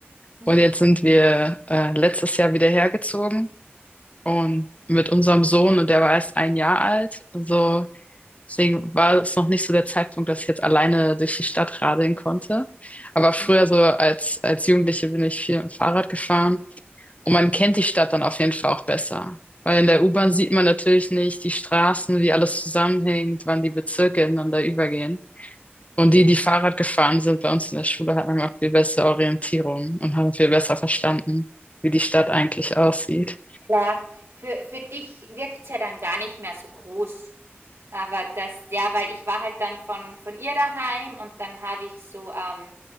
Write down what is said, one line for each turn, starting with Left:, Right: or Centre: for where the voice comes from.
Right: Mhm.
Left: Und jetzt sind wir äh, letztes Jahr wieder hergezogen und mit unserem Sohn und der war erst ein Jahr alt. Also deswegen war es noch nicht so der Zeitpunkt, dass ich jetzt alleine durch die Stadt radeln konnte. Aber früher
Right: Nee.
Left: so als als Jugendliche bin ich viel mit dem Fahrrad gefahren. Und man kennt die Stadt dann auf jeden Fall auch besser. Weil in der U-Bahn sieht man natürlich nicht die Straßen, wie alles zusammenhängt, wann die Bezirke ineinander übergehen. Und die, die Fahrrad gefahren sind bei uns in der Schule, hatten auch viel bessere Orientierung und haben viel besser verstanden, wie die Stadt eigentlich aussieht.
Right: Klar, für, für dich wirkt's ja dann gar nicht mehr so groß. Aber das, ja, weil ich war halt dann von, von ihr daheim und dann habe ich so, ähm,